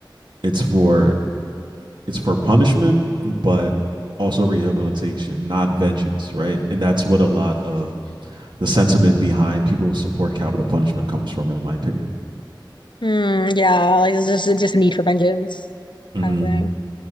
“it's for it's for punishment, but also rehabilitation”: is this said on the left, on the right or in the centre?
Right